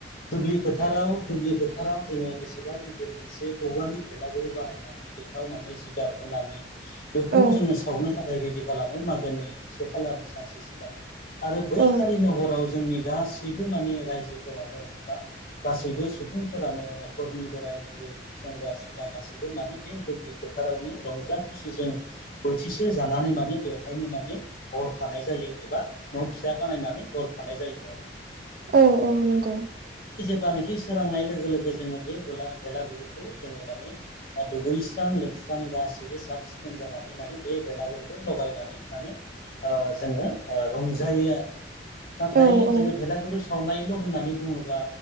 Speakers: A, on the left; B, on the right.
A: दुब्लि फोथाराव दुब्लि फोथाराव जोङो बेसेबा गिदिर मोनसे औवानि भेलागुरु बानायनानै बेहाव माने जिगाब होननानै बेखौ
B: औ
A: जोङो सावनो थाख खाय रिडि खालामो मागोनि से खालारनि सानसे सिगां आरो बै
B: औ
A: खालिनो हराव जोंनि सैबो माने रायजोफोरानो एबा गासैबो सुबुंफोरानो न'खरनि बोराय बुरै सेंग्रा सिख्ला गासिबो मानि बै दुब्लि फोथारावनो रंजा खुसिजों बोथिसे जानानै मा माने बेवहायनो माने हर थानाय जायो एबा न' फिसा बानायनानै हर थानाय जायो आरो।
B: औ औ नंगौ।
A: ब्लानोखि सोरांनाय लोगो लोगो जोङो बे बेला भेलागुरुखौ जोङो माने ओ दुगैस्रां लोब स्रां गाैबो साब सिखोन जानानै माने बे बेलागुरखौ लगायनानै माने ओ जोङो ओ रंजायो आरो नाथाय
B: औ औ
A: जोङो गुर सावनायल' होन्नानै बुङोब्ला